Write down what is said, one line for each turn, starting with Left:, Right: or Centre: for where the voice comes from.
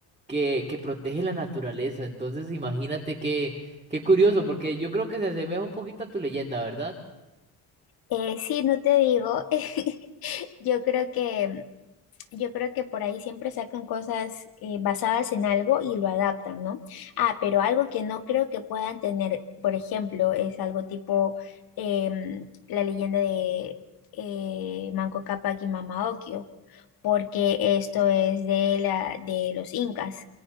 Right: que, que protege la naturaleza. Entonces imagínate que Qué curioso, porque yo creo que se asemeja un poquito a tu leyenda, ¿verdad?
Left: Eh, sí, no te digo. <laughs> Yo creo que Yo creo que por ahí siempre sacan cosas eh, basadas en algo y lo adaptan, ¿no? Ah, pero algo que no creo que puedan tener, por ejemplo, es algo tipo em, la leyenda de eh, Manco Cápac y Mama Ocllo, porque esto es de la de los incas.